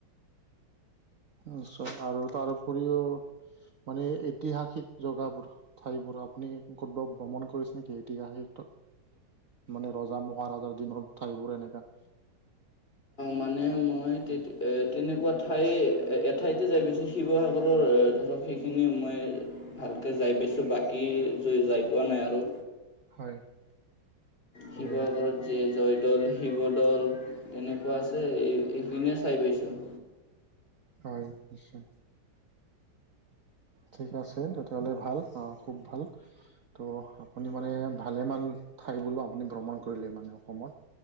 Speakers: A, on the right; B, on the left.
A: নিশ্চয় আৰু তাৰ উপৰিও, মানে ঐতিহাসিক জগাবোৰ ঠাইবোৰ আপুনি ক'তবাত ভ্ৰমণ কৰিছে নেকি ইতিহাসিক মানে ৰজা মহাৰাজাৰ দিনৰ ঠাইবোৰ এনেকা।
B: মানে মই তেনেকুৱা ঠাই এঠাইতে যাই পাইছো শিৱসাগৰৰ ধৰক সেইখিনি মই ভালকে যাই পাইছো বাকী যাই পোৱা নাই আৰু
A: হয়।
B: শিৱসাগৰত
A: মানে
B: যে জয়দৌল, শিৱদৌল তেনেক ৱা আছে এই এইখিনিয়ে চাই পাইছোঁ।
A: হয়, নিশ্চয়। ঠিক আছে তেতিয়াহ'লে ভাল, অ' খুব ভাল। ত' আপুনি মানে ভালেমান ঠাই বোলো, আপুনি ভ্ৰমণ কৰিলে মানে অসমত।